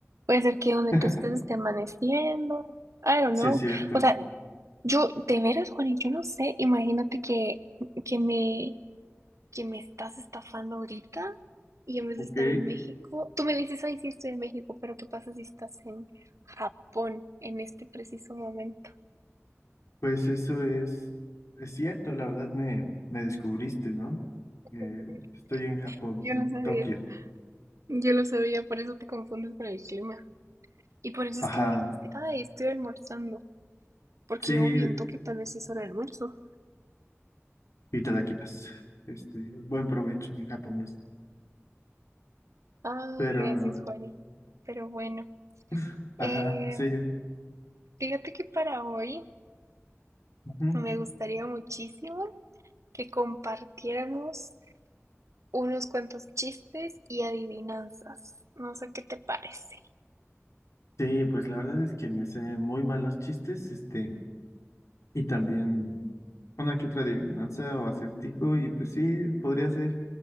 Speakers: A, on the right; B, on the left.
A: puede ser que donde
B: <laughs>
A: tú estés esté amaneciendo, I don't
B: Sí,
A: know.
B: es cierto.
A: O sea, yo, de veras Juani, yo no sé, imagínate que, que me, que me estás estafando ahorita y en vez
B: Ok,
A: de estar en México, tú me dices, ay, sí estoy en México, pero ¿qué pasa si estás en Japón en este preciso momento?
B: pues eso es, es cierto. La verdad me, me descubriste, ¿no? Eh,
A: <laughs>
B: estoy en Japón,
A: Yo
B: en
A: no sabía.
B: Tokio.
A: Yo lo sabía, por eso te confundes con el clima. Y por eso
B: Ajá.
A: es que me dijiste, ay, estoy almorzando. Porque
B: Sí,
A: yo viento que tal vez es hora de almuerzo.
B: y más. Este, buen provecho en japonés.
A: Ay,
B: Pero,
A: gracias, Juani. Pero bueno,
B: <laughs>
A: eh,
B: ajá, sí.
A: fíjate que para hoy
B: ujú.
A: me gustaría muchísimo que compartiéramos unos cuantos chistes y adivinanzas. No sé qué te parece.
B: Sí, pues la verdad es que me sé muy mal los chistes. Este. Y también una que otra adivinanza o acertijo, y pues sí, podría ser,